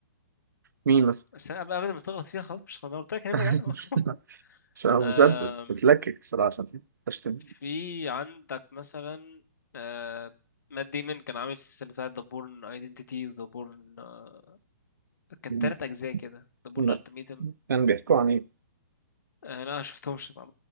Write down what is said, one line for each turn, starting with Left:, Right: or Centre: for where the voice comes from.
Right: مين مثلا
Left: بس قبل قبل ما تغلط فيها خلاص مش خلاص قلت لك هنبعد
Right: <laughs>
Left: عنها <laughs>
Right: عشان هو مسدس
Left: آم،
Right: بتلكك الصراحه عشان تشتم
Left: في عندك مثلا آه، مات ديمون كان عامل سلسلة بتاعة The Bourne Identity و The Bourne آه، كان
Right: م-
Left: تلات أجزاء كده The Bourne
Right: لا
Left: Ultimatum
Right: كان بيحكوا عن ايه؟
Left: آه، لا ما شفتهمش طبعا